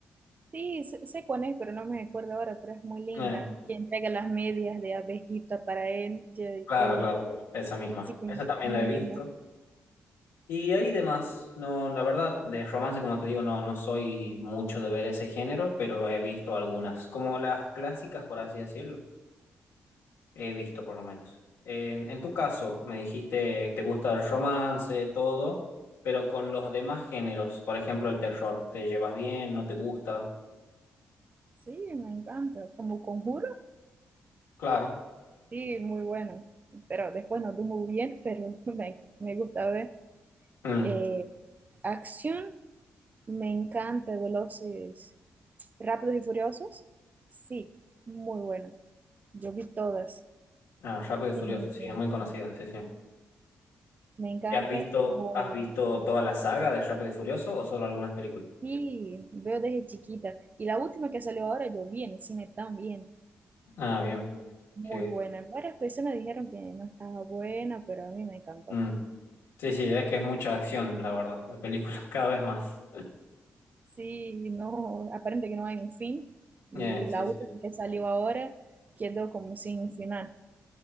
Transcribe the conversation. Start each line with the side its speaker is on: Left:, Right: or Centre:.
Right: Sí, sé, sé cuál es, pero no me acuerdo ahora, pero es muy linda.
Left: Eh,
Right: Que entrega las medias de abejita para él ya, y
Left: claro,
Right: todo.
Left: claro, claro, esa misma.
Right: Sí,
Left: Esa también
Right: muy
Left: la he
Right: linda.
Left: visto. Y ahí demás, no, la verdad, de romance, como te digo, no, no soy mucho de ver ese género, pero he visto algunas, como las clásicas, por así decirlo. He visto, por lo menos. En, en tu caso, me dijiste, te gusta el romance, todo, pero con los demás géneros, por ejemplo, el terror, ¿te llevas bien? ¿No te gusta?
Right: Sí, me encanta. Como conjuro,
Left: Claro.
Right: sí, muy bueno. Pero después no estuvo muy bien, pero <laughs> me, me gusta ver.
Left: Mm.
Right: Eh, acción, me encanta. Veloces, rápidos y furiosos, sí, muy bueno. Yo vi todas.
Left: Ah, Rápido y Furioso,
Right: Eh,
Left: sí, es muy conocida, sí, sí.
Right: me encanta.
Left: ¿Y has visto,
Right: Oh,
Left: has visto toda la saga de Rápido y Furioso o solo algunas películas?
Right: sí, veo desde chiquita. Y la última que salió ahora, yo vi en el cine también.
Left: Ah, bien,
Right: Muy
Left: qué bien.
Right: buena. Varias personas dijeron que no estaba buena, pero a mí me encantó.
Left: Mm. Sí, sí, es que es mucha acción, la verdad, la película, <laughs> cada vez más.
Right: Sí, no, aparente que no hay un fin y
Left: Eh, sí,
Right: la última
Left: sí.
Right: que salió ahora quedó como sin un final.